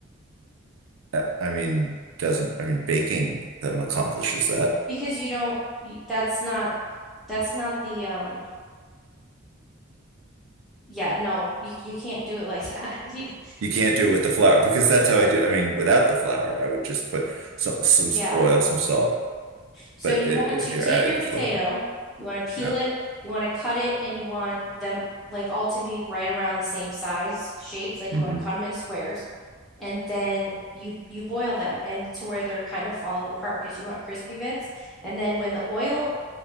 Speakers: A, on the right; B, in the centre.
A: Uh, I mean, doesn't, I mean, baking them accomplishes that.
B: because you don't. You, that's not that's not the um. Yeah, no, you you can't do it like that. <laughs>
A: You can't do it with the flour because that's how I do. I mean, without the flour, I would just put some, some
B: Yeah.
A: s- oil, some salt.
B: So
A: But
B: you
A: i-
B: want
A: if
B: to
A: you're
B: take
A: adding
B: your
A: the
B: potato,
A: flour,
B: you want to peel
A: yeah,
B: it, you want to cut it, and you want them like all to be right around the same size shapes. Like
A: hmm
B: you want to cut them in squares, and then you you boil them and to where they're kind of falling apart because you want crispy bits. And then when the oil